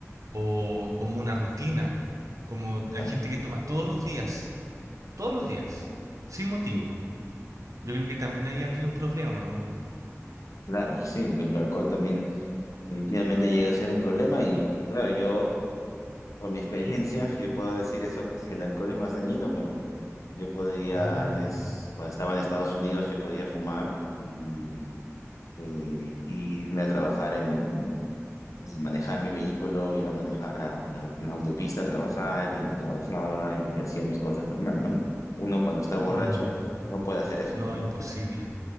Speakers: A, on the right (about 85°); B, on the left (about 80°).
A: o como una rutina. Como hay
B: claro,
A: gente que toma todos los días. todos los días, sin motivo. Yo creo que también ahí habría un problema, ¿no?
B: claro, sí, el alcohol también definitivamente llega a ser un problema y, claro, yo, por mi experiencia, yo puedo decir eso, que el alcohol es más dañino porque yo podría
A: Mm,
B: antes, cuando estaba en Estados Unidos, yo podía fumar y, y- y irme a trabajar en, Entonces, manejar mi vehículo, ir a manejar a- a- en la autopista, trabajar y trabajaba y hacía mis cosas normal, ¿no? Uno cuando está borracho
A: mm,
B: no puede hacer eso,
A: no,
B: ¿no?
A: imposible.
B: <laughs>